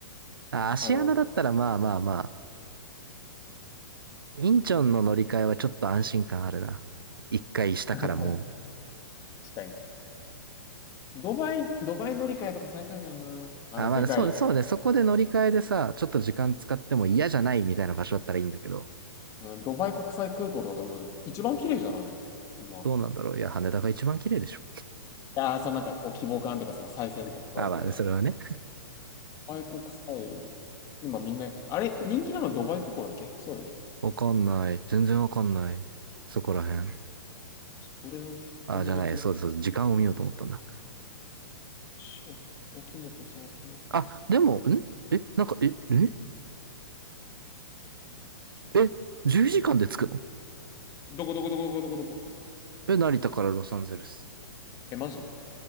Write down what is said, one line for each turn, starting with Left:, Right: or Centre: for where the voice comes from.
Right: あ、アシアナだったらまあまあまあ、
Left: あの、
Right: インチョンの乗り換えはちょっと安心感あるな。一回したからもう
Left: <laughs> 確かに。ドバイ、ドバイ乗り換えとか最高やけどな。あの、
Right: あ、まあね、
Left: でかい。
Right: そうね、そうね。そこで乗り換えでさ、ちょっと時間使っても嫌じゃないみたいな場所だったらいいんだけど、
Left: うん、ドバイ国際空港とか多分、一番綺麗じゃない今。
Right: どうなんだろう。いや、羽田が一番綺麗でしょ。
Left: ああ、そのなんか、こう、希望感というか、その最先端具合というか。
Right: あ、まあね、それはね。
Left: ドバイ国際、今みんな、あれ、人気なのドバイ空港だっけそうよね。
Right: わかんない。全然わかんない。そこら辺。
Left: 俺の友達が、
Right: あ、じゃない。そうですそうです時間を見ようと思ったんだ。
Left: しお、沖本さん、沖本さん。
Right: あ、でも、んえ、なんか、え、え、え、10時間で着くの
Left: どこどこどこどこどこどこ。
Right: え、成田からロサンゼルス。
Left: え、マジ